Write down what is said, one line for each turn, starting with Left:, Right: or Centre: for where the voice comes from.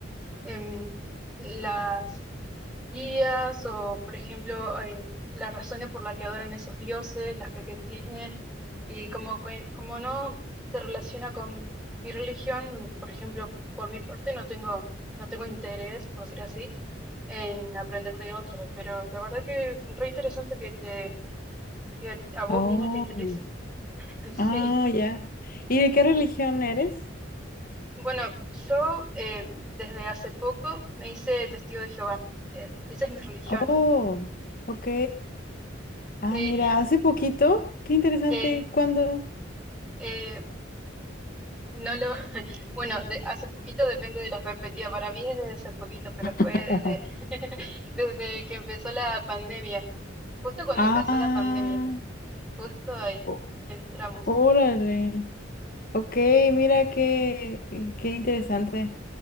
Centre: Em, las guías o, por ejemplo, eh, las razones por las que adoran esos dioses, la fe que tienen y como, que- como no se relaciona con mi religión, por ejemplo, por mi parte no tengo, no tengo interés, por decir así en aprender de otras, pero la verdad que re interesante que te que a vos
Left: Oh.
Centre: misma te interese. <laughs> Sí,
Left: Ah, ya. ¿Y de qué religión eres?
Centre: bueno, yo eh, desde hace poco me hice testigo de Jehová. Eh, esa es mi religión.
Left: Oh, ok. Ah,
Centre: Sí,
Left: mira, hace poquito. Qué interesante.
Centre: <laughs> eh,
Left: ¿Cuándo?
Centre: eh, no lo, <laughs> bueno, de, hace poquito depende de la perspectiva. Para mí es desde hace poquito, pero fue
Left: <laughs>
Centre: desde,
Left: Ajá.
Centre: <laughs> desde que empezó la pandemia. Justo cuando
Left: Ah,
Centre: empezó la pandemia, justo ahí
Left: ó-
Centre: entramos.
Left: órale. Ok, mira qué, eh, qué interesante.